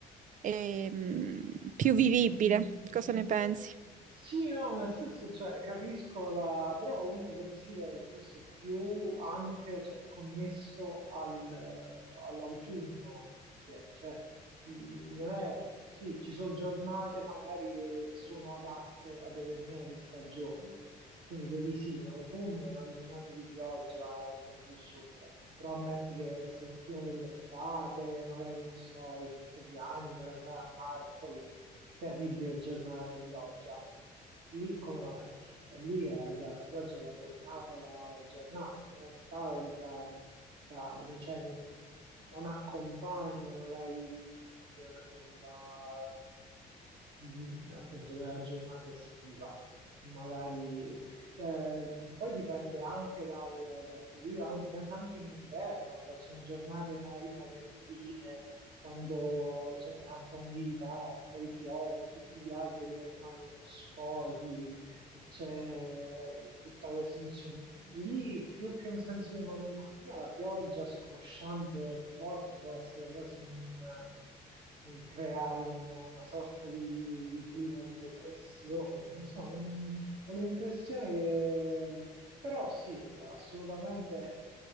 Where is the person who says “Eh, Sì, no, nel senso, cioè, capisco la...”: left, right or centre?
Right